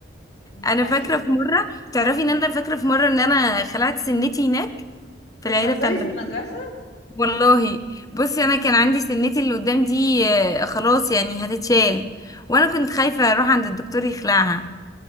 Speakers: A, on the left; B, on the left.
A: دي
B: انا
A: حقيقة
B: فاكره في مره تعرفي ان انا فاكره في مره ان انا خلعت سنتي هناك في
A: بتهزري
B: العياده بتاع المدرسه
A: في المدرسة
B: والله بصي
A: مم.
B: انا كان عندي سنتي اللي قدام دي آه، خلاص يعني هتتشال وانا كنت خايفه اروح عند الدكتور يخلعها